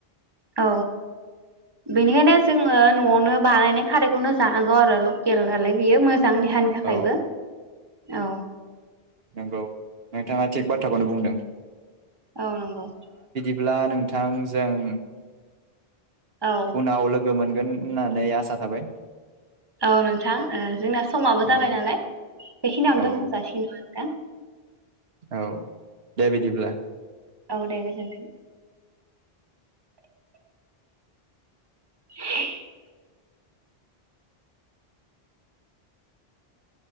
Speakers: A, on the right (about 25°); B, on the right (about 75°).
A: औ बेनिखायनो जोङो न'आवनो बानायनाय खारैखौनो जानांगौ आरो लकेल नालाय बियो मोजां। देहानि थाखायबो
B: औ
A: औ।
B: नांगौ। नोंथाङा थिक बाथ्रा खौनो बुंदों
A: औ नंगौ
B: अब्ला नोंथांजों
A: औ
B: उनाव लोगो लोगो मोनगोन होननानै आसा थाबाय
A: औ नोंथां जोंना समाबो जाबाय
B: औ
A: नालाय बेखिनियावनो
B: औ
A: दोनथ'जासिगोन द नोंथां
B: औ दे बिदिब्ला
A: औ दे गोजोनथों <unintelligible>